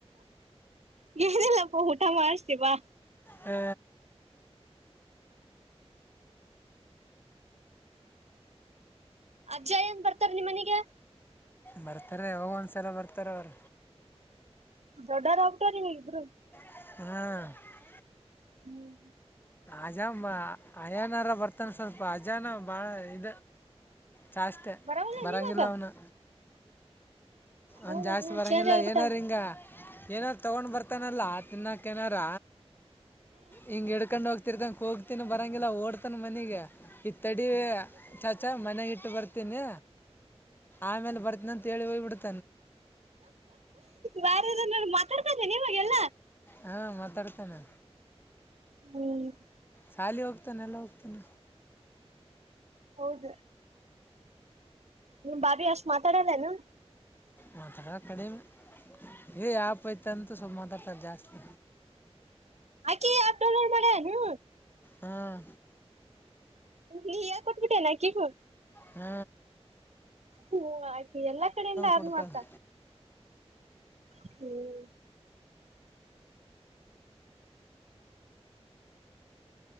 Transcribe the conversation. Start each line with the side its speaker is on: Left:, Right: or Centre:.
Right: ಏನಲ್ಲಪ್ಪ ಊಟ ಮಾಡ್ತೀವಾ
Left: ಹ
Right: ಅಜ್ಜಯ ಏನ್ ಬರ್ತಾರ ನಿಮ್ಮನಿಗೆ
Left: ಬರ್ತಾರ ಅವಾಗ ಒಂದ್ಸಲ ಬರ್ತಾರ ಅವ್ರ
Right: ದೊಡ್ಡಾರ ಹೋಗತಾರ ನೀ ಇಬ್ರು
Left: ಹ್ಮ್
Right: ಹ್ಮ್
Left: ಅಜ ಅಯಾನಾರ ಬರ್ತನ್ ಸ್ವಲ್ಪ ಅಜಾನ ಬಾಳ ಇ ಚಾಷ್ಟೆ
Right: ಬರವಲ್ಲ
Left: ಬರಂಗಿಲ್ಲ
Right: ನೀವಾಗ
Left: ಅವನು
Right: ಹೌದ
Left: ಒಂದ್ ಜಾಸ್ತಿ ಬರಂಗಿಲ್ಲ
Right: ಚೇಂಜ್ ಆಗ್ಬಿಟ್ಟಲ್
Left: ಏನಾರ ಹಿಂಗ ಏನಾರ ತಗೊಂಡ್ ಬರ್ತಾನಲ್ಲ ತಿನ್ನಕ ಏನಾರ ಹಿಂಗ ಇಡ್ಕೊಂಡ್ ಹೋಗ್ತ ರ್ದಂ ಹೋಗ್ತನ ಬರಂಗಿಲ್ಲ ಓಡ್ತಾನ ಮನಗೆ ತೆಡಿ ಚಾಚಾ ಮನೆಾಗ ಇಟ್ಟ ಬರ್ತೀನಿ ಆಮೇಲೆ ಬರ್ತಿನನ ಅಂತ ಹೇಳಿ ಹೋಗ್ಬಿಡ್ತ
Right: ಬಾರ ನೋಡಿ ಮಾತಾಡ್ತದೆ ನಿಮಗೆಲ್ಲ
Left: ಹಾ ಮಾತಾಡ್ತೇನೆ
Right: ಹ್ಮ್
Left: ಸಾಲಿ ಹೋಗ್ತಾನ ಎಲ್ಲ ಹೋಗ್ತಾನ
Right: ಹೌದು ನಿಮ್ ಬಬಿ ಅಷ್ಟ್ ಮಾತಾಡೋದನು
Left: ಮಾತಾಡ ಕಡಿಮೆ ಏ ಯಾಪ್ ಐತಂತ ಸ್ವಲ್ಪ ಮಾತಾಡ್ತದ ಜಾಸ್ತಿ
Right: ಆಕಿ ಆಪ್ ಡೌನ್ಲೋಡ್ ಮಾಡ್ಯಾನು
Left: ಹಾಂ
Right: ನೀ ಯಾ ಕೊತ್ಬಿಟ್ಟೆನಾ ಕಗೂ
Left: ಹ್ಮ್
Right: ಹ್ಮ ಆಕೀ ಎಲ್ಲಾ ಕಡೆಯಿಂದ ಆದ
Left: ಕೊಡ್ತಾಳೆ
Right: ಮಾತ ಹ್ಮ್